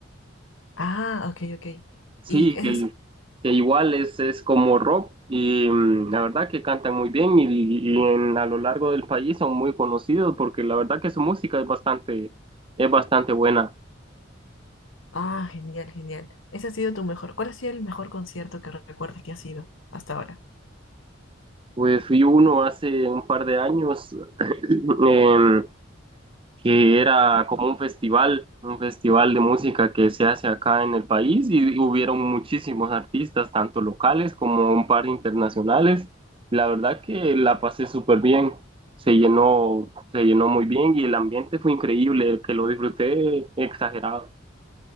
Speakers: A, on the left; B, on the right.
A: Ah, ok, ok.
B: sí,
A: Y esas,
B: que, que igual es, es como rock y mm, la verdad que cantan muy bien y, y en, a lo largo del país son muy conocidos porque la verdad que su música es bastante, es bastante buena.
A: ah, genial, genial. Ese ha sido tu mejor. ¿Cuál ha sido el mejor concierto que recuerdes que ha sido hasta ahora?
B: Pues fui uno hace un par de años. <laughs> em, que era como un festival, un festival de música que se hace acá en el país y hubieron muchísimos artistas, tanto locales como un par internacionales. La verdad que la pasé súper bien, se llenó, se llenó muy bien y el ambiente fue increíble, que lo disfruté exagerado.